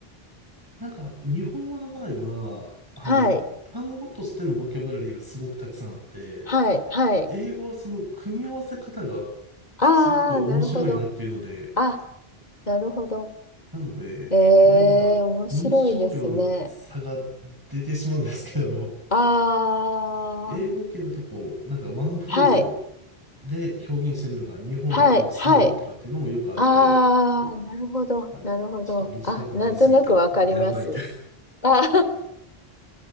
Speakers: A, on the right; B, on the left.
A: なんか、日本語の場合は、あの、
B: はい、
A: 単語としてのボキャブラリーがすごくたくさんあって、
B: はい、はい。
A: 英語はその組み合わせ方が
B: ああ、
A: すごく面白いなっていうので、
B: なるほど。あなるほど。
A: なので、
B: えー、
A: これは文章量の差が出てしまうんですけど、
B: 面白いですね。あー、
A: 英語圏だとこう、なんかワンフレーズ
B: はい、
A: で表現してるのが日本だと一単語とかっていうのもよくあって、
B: はい、はい。あー、なるほど、
A: あれ、
B: なるほど。
A: ちょっと短くなりすぎた。
B: あ、なんとなくわかります。
A: やばいって。
B: あ